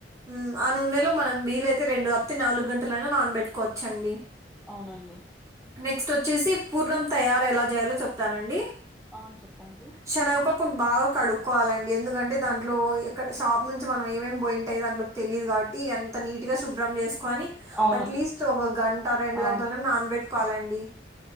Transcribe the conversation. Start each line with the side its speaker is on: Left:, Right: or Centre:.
Right: ఉ ఆ నూనెలో మనం వీలైతే రెండు కాప్తే నాలుగు గంటలైనా నానబెట్టుకోవచ్చు అండి
Centre: అవునండి
Right: నెక్స్ట్ వచ్చేసి పూర్ణం తయారీ ఎలా చేయాలో చెప్తానండి
Centre: ఆ చెప్పండి
Right: శనగపప్పును బాగా కడుక్కోవాలండి ఎందుకంటే దాంట్లో ఎక్కడ షాప్ నుంచి మనం ఏమేమి పోయింటాయో దాంట్లో తెలిదు కాబట్టి అంత నీటి గా శుభ్రం చేసుకుని
Centre: అవును
Right: అట్లీస్ట్ ఒక గంట రెండు
Centre: ఆ
Right: గంటలన నానబెట్టుకోవాలండి